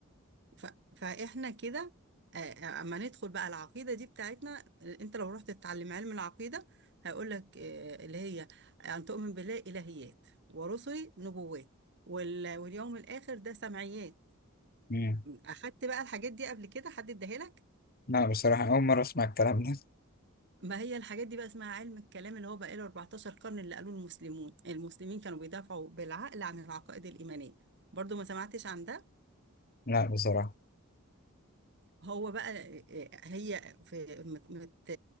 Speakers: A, on the right; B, on the left.
A: ف... فإحنا كده آه، آه، اما ندخل بقى العقيدة دي بتاعتنا آه، انت لو رحت تتعلم علم العقيدة هيقول لك آه، اللي هي أن تؤمن بالله إلهيات ورسله نبوات وال... واليوم الآخر ده سمعيات
B: مم.
A: أخدت بقى الحاجات دي قبل كده حد اداها لك
B: لا بصراحة أول مرة أسمع الكلام ده
A: ما هي الحاجات دي بقى اسمها علم الكلام اللي هو بقى له 14 قرن اللي قالوه المسلمون المسلمين كانوا بيدافعوا بالعقل عن العقائد الإيمانية برضو ما سمعتش عن ده
B: لا بصراحة
A: هو بقى آه، هي في مت مت-